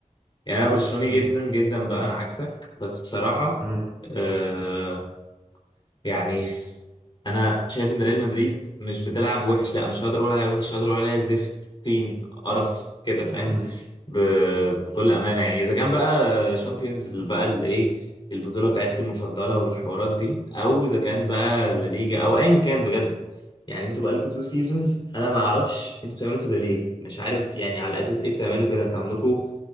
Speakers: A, on the left; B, in the centre.
A: يعني انا برشلوني
B: مم.
A: جدا جدا بقى انا عكسك بس بصراحه
B: مم.
A: آه، يعني انا شايف ان ريال مدريد مش بتلعب وحش لا مش هقدر اقول عليها وحش هقدر اقول عليها زفت طين قرف كده فاهم
B: مم.
A: ب... بكل امانه يعني اذا كان بقى شامبيونز بقى الايه البطوله بتاعتكم المفضله والحوارات دي او اذا كان بقى لا ليجا او ايا كان بجد يعني انتوا بقالكم تو سيزونز انا ما اعرفش انتوا بتعملوا كده ليه مش عارف يعني على اساس ايه بتعملوا كده انتوا عندكم